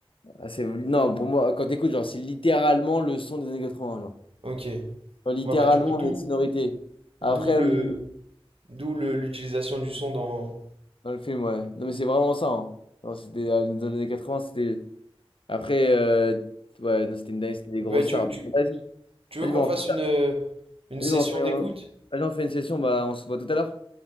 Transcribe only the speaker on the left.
Ah, c'est... Non, pour moi, quand t'écoutes, genre, c'est littéralement le son des années 80, genre.
Genre, littéralement
les sonorités. Après,
hum,
dans le film, ouais. Non, mais c'est vraiment ça, hein. Genre, c'était euh, dans les années 80, c'était... Après, euh, ouais, non, c'était une dingue, c'était des
grosses
stars.
Vas-y,
vas-y,
bah, on
fait...
Vas-y,
bah, on fait...
Vas-y, on fait une session, bah, on se voit tout à l'heure.